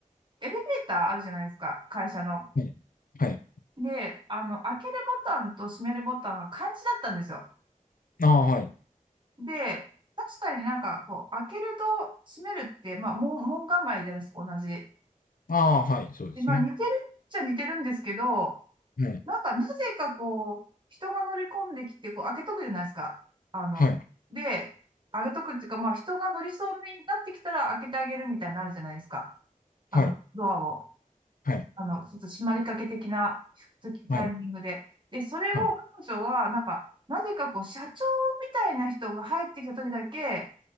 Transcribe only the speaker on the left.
はい。はい。
ああ、はい。
ああ、はい。そうですね。
はい。
はい。
はい。
はい。
はい。
はい。